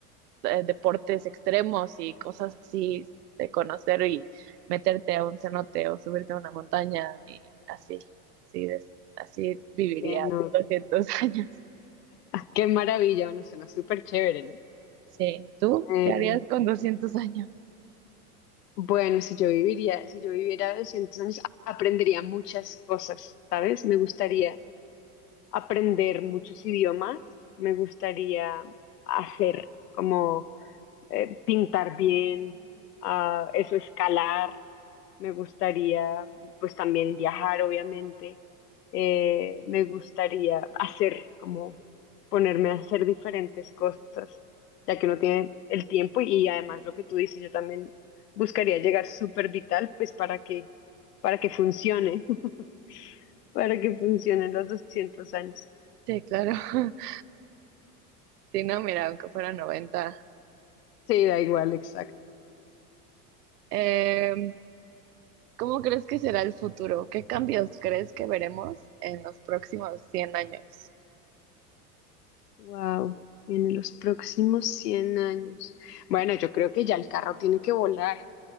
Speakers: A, on the right; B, on the left.
A: eh, deportes extremos y cosas así de conocer y meterte a un cenote o subirte a una montaña y así, así, es- así viviría
B: que no.
A: 200 <laughs> años.
B: Qué maravilla, bueno, suena súper chévere, ¿no?
A: Sí, ¿tú
B: Eh,
A: qué harías con 200 años?
B: bueno, si yo viviría, si yo viviera 200 años, a- aprendería muchas cosas, ¿sabes? Me gustaría aprender muchos idiomas, me gustaría hacer como eh, pintar bien, ah, eso, escalar. Me gustaría, pues también viajar, obviamente. Eh, me gustaría hacer, como ponerme a hacer diferentes cosas, ya que uno tiene el tiempo y, y además lo que tú dices, yo también buscaría llegar súper vital, pues para que, para que funcione, <laughs> para que funcionen los 200 años.
A: Sí, claro. <laughs> Sí, no, mira, aunque fuera 90.
B: Sí, da igual, exacto.
A: Em, ¿cómo crees que será el futuro? ¿Qué cambios crees que veremos en los próximos 100 años?
B: Wow, en los próximos 100 años. Bueno, yo creo que ya el carro tiene que volar.